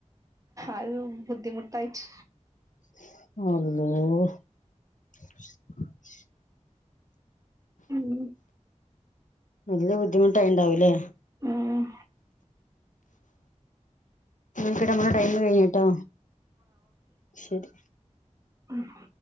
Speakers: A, on the right; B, on the left.
A: അത് ബുദ്ധിമുട്ടായിട്ട്.
B: അള്ളോ
A: ഉം
B: നല്ല ബുദ്ധിമുട്ടായിണ്ടാവൂലേ?
A: ഉം
B: ഇന്നത്തെ നമ്മളെ ടൈമ് കഴിഞ്ഞു ട്ടോ ശരി.
A: ഉം